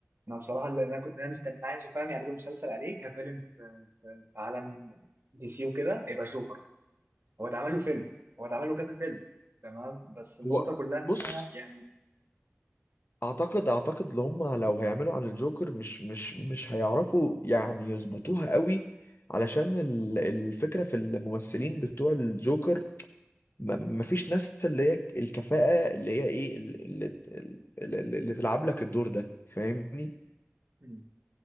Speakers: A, on the right; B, on the left.
A: انا بصراحه اللي انا كنت اللي انا مستني عايزه فعلا يعملوا مسلسل عليه كفيلن في في في عالم دي سي وكده يبقى جوكر هو اتعمل له فيلم هو اتعمل له كذا فيلم تمام بس النقطه
B: هو
A: كلها ان
B: بص
A: انا يعني
B: اعتقد اعتقد اللي هم لو هيعملوا عن الجوكر مش مش مش هيعرفوا يعني يظبطوها قوي علشان ال- الفكرة في الممثلين بتوع الجوكر م- مفيش ناس اللي هي الكفاءة اللي هي ايه اللي, اللي, اللي, اللي تلعب لك الدور ده فاهمني
A: مم.